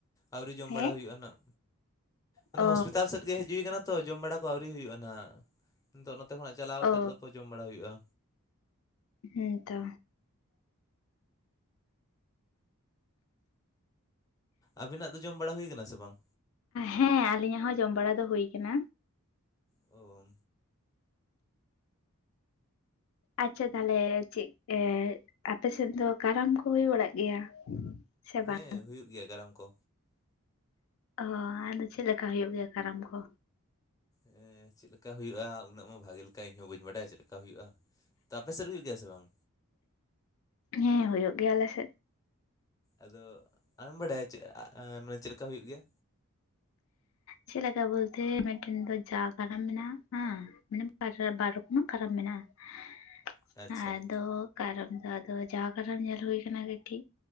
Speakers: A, on the left; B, on the left.
A: ᱟᱹᱣᱨᱤ ᱡᱚᱢ
B: ᱦᱮᱸ
A: ᱵᱟᱲᱟ ᱦᱩᱭᱩᱜᱼᱟ ᱱᱟᱜ ᱟᱫᱚ
B: ᱚ
A: ᱦᱚᱥᱯᱤᱴᱟᱞ ᱥᱮᱫ ᱜᱮ ᱦᱤᱡᱩᱜ ᱦᱩᱭ ᱠᱟᱱᱟ ᱛᱚ ᱡᱚᱢ ᱵᱟᱲᱟ ᱠᱚ ᱟᱹᱣᱨᱤ ᱦᱩᱭᱩᱜᱼᱟ ᱱᱟᱦᱟᱜ ᱱᱤᱛᱚᱜ ᱱᱚᱛᱮ ᱠᱷᱚᱱᱟᱜ ᱪᱟᱞᱟᱣ
B: ᱚ
A: ᱠᱟᱛᱮ ᱛᱚ ᱡᱚᱢ ᱵᱟᱲᱟ ᱦᱩᱭᱩᱜᱼᱟ
B: ᱦᱮᱸ ᱛᱚ
A: ᱟᱵᱤᱱᱟᱜ ᱫᱚ ᱡᱚᱢ ᱵᱟᱲᱟ ᱦᱩᱭ ᱠᱟᱱᱟ ᱥᱮ ᱵᱟᱝ
B: ᱦᱮᱸ ᱟᱞᱤᱧᱟᱜ ᱦᱚᱸ ᱡᱚᱢ ᱵᱟᱲᱟ ᱫᱚ ᱦᱳᱭ ᱠᱟᱱᱟ
A: ᱚ
B: ᱟᱪᱪᱷᱟ ᱛᱟᱦᱞᱮ ᱪᱮᱫ ᱟᱯᱮ ᱥᱮᱫ ᱫᱚ ᱠᱟᱨᱟᱢ ᱠᱚ ᱦᱩᱭ ᱵᱟᱲᱟᱜ ᱜᱮᱭᱟ? ᱥᱮ ᱵᱟᱝ?
A: ᱦᱮᱸ ᱦᱩᱭᱩᱜ ᱜᱮᱭᱟ ᱠᱟᱨᱟᱢ ᱠᱚ
B: ᱚ ᱟᱫᱚ ᱪᱮᱫ ᱞᱮᱠᱟ ᱦᱩᱭᱩᱜ ᱜᱮᱭᱟ ᱠᱟᱨᱟᱢ ᱠᱚ
A: ᱦᱮᱸ ᱪᱮᱫ ᱞᱮᱠᱟ ᱦᱩᱭᱩᱜᱼᱟ ᱩᱱᱟᱹᱜ ᱢᱟ ᱵᱷᱟᱜᱮ ᱞᱮᱠᱟ ᱤᱧ ᱢᱟ ᱵᱟᱹᱧ ᱵᱟᱰᱟᱭᱟ ᱪᱮᱫ ᱞᱮᱠᱟ ᱦᱩᱭᱩᱜᱼᱟ ᱛᱚ ᱟᱯᱮ ᱥᱮᱫ ᱦᱩᱭᱩᱜ ᱜᱮᱭᱟ ᱥᱮ ᱵᱟᱝ?
B: ᱦᱮᱸ ᱦᱳᱭᱳᱜ ᱜᱮᱭᱟ ᱟᱞᱮ ᱥᱮᱫ
A: ᱟᱫᱚ ᱟᱢᱮᱢ ᱵᱟᱰᱟᱭᱟ ᱪᱮᱫ ᱢᱟᱱᱮ ᱪᱮᱫ ᱞᱮᱠᱟ ᱦᱩᱭᱩᱜ ᱜᱮᱭᱟ?
B: ᱪᱮᱫ ᱞᱮᱠᱟ ᱵᱚᱞᱛᱮ ᱢᱤᱫᱴᱮᱱ ᱫᱚ ᱡᱟ ᱠᱟᱨᱟᱢ ᱢᱮᱱᱟᱜᱼᱟ ᱢᱟᱱᱮ ᱵᱟᱨ ᱵᱟᱨ ᱨᱚᱠᱚᱢᱟᱜ ᱠᱟᱨᱟᱢ ᱢᱮᱱᱟᱜᱼᱟ
A: ᱟᱪᱪᱷᱟ
B: ᱟᱫᱚ ᱠᱟᱨᱟᱢ ᱫᱚ ᱟᱫᱚ ᱡᱟᱣᱟ ᱠᱟᱨᱟᱢ ᱧᱮᱞ ᱦᱩᱭ ᱠᱟᱱᱟ ᱠᱟᱹᱴᱤᱡ